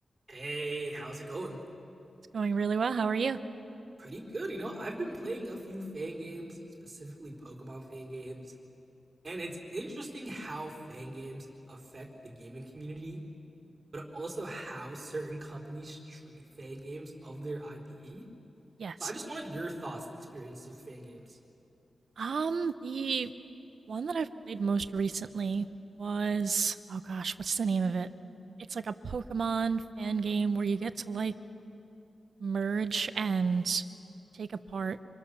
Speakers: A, on the right (about 35°); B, on the right (about 70°).
A: Hey, how's it going?
B: It's going really well. How are you?
A: Pretty good, you know. I've been playing a few fan games, specifically Pokemon fan games, and it's interesting how fan games affect the gaming community, but also how certain companies treat fan games of their IP.
B: Yes.
A: So I just wanted your thoughts and experiences with fan games.
B: Um, the one that I've played most recently was oh gosh, what's the name of it? It's like a Pokemon fan game where you get to like merge and take apart